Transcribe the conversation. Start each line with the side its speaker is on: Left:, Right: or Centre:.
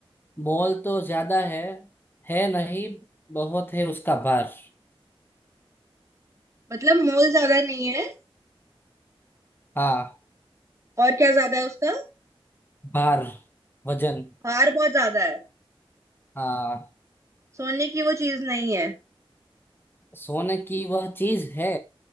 Left: मोल तो ज्यादा है है नहीं बहुत है उसका भार
Right: मतलब मोल ज्यादा नहीं है
Left: हाँ
Right: और क्या ज्यादा है उसका
Left: भार वजन
Right: हार बहुत ज्यादा है
Left: हाँ
Right: सोने की वो चीज नहीं है
Left: सोने की वह चीज है